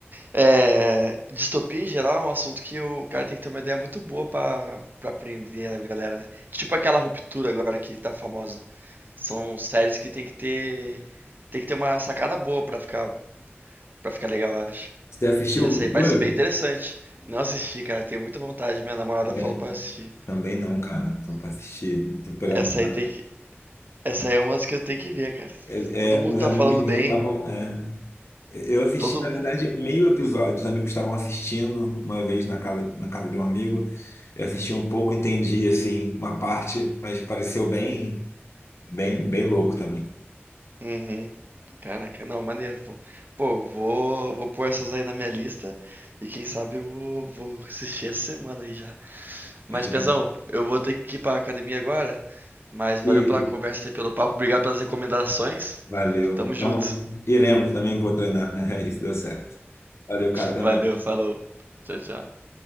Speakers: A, on the right (about 45°); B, on the left (about 80°).
A: é, Distopia em geral é um assunto que o cara tem que ter uma ideia muito boa pra, pra aprender a galera, né? Tipo aquela ruptura agora que tá famosa. São séries que tem que ter tem que ter uma sacada boa pra ficar para ficar legal, eu acho.
B: você assistiu
A: E essa
B: Ruptura?
A: aí parece bem interessante. Não assisti, cara, tenho muita vontade. Minha namorada falou
B: É,
A: pra eu assistir.
B: também não, cara. Então, pra assistir, tô pegando
A: Essa
B: pra...
A: aí tem que essa aí é uma das que eu tenho que ver, cara.
B: É,
A: Todo
B: é,
A: mundo
B: uns
A: tá
B: amigos
A: falando
B: meus
A: bem,
B: estavam... é, eu assisti,
A: todo
B: na
A: mundo.
B: verdade, meio episódio. Os amigos estavam assistindo uma vez na casa, na casa de um amigo. Eu assisti um pouco, entendi, assim, uma parte, mas pareceu bem, bem, bem louco também.
A: Uhum. Caraca, não, maneiro, pô. Pô, vou, vou pôr essas aí na minha lista e quem sabe eu vou assistir essa semana aí já. Mas,
B: Eu já-
A: Pezão, eu vou ter que ir pra academia agora, mas valeu
B: E,
A: pela conversa e pelo papo, obrigado pelas recomendações.
B: Valeu.
A: Tamo
B: Então,
A: junto.
B: iremos também, vou treinar. <laughs> Isso deu certo. Valeu, cara. Até
A: Valeu,
B: mais.
A: falou. Tchau, tchau.